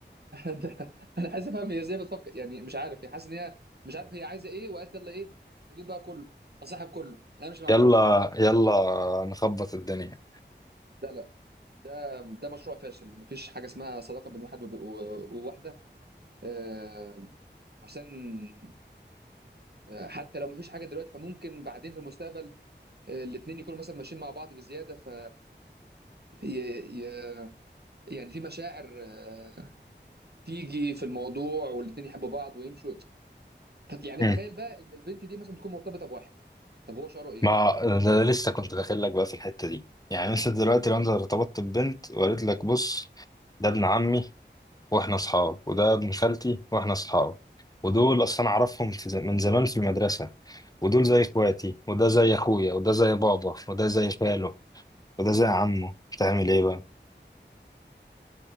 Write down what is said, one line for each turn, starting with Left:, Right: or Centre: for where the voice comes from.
Right: ده- انا عايز افهم هي ازاي بتفكر يعني مش عارف هي حاسس ان هي مش عارف هي عايزه ايه وقالت يلا ايه اجيب بقى كله اصاحب كله امشي مع
Left: يلا
Right: كله
Left: يلا نخبط الدنيا
Right: لا لا ده ده مشروع فاشل مفيش حاجه اسمها صداقه بين واحد وب- و- وواحده آه، عشان آه، حتى لو مفيش حاجه دلوقتي فممكن بعدين في المستقبل آه، الاتنين يكونوا مثلا ماشيين مع بعض بزياده ف ي... ي... يعني في مشاعر آه، تيجي في الموضوع والاتنين يحبوا بعض ويمشوا طب يعني
Left: مم.
Right: تخيل بقى ان البنت دي مثلا تكون مرتبطه بواحد طب هو شعره ايه؟
Left: ما ده لسه كنت داخل لك بقى في الحتة دي يعني انت دلوقتي لو انت ارتبطت ببنت وقالت لك بص ده ابن عمي واحنا اصحاب وده ابن خالتي واحنا اصحاب ودول اصلا اعرفهم في ز- من زمان في المدرسة ودول زي اخواتي وده زي اخويا وده زي بابا وده زي خاله وده زي عمه تعمل ايه بقى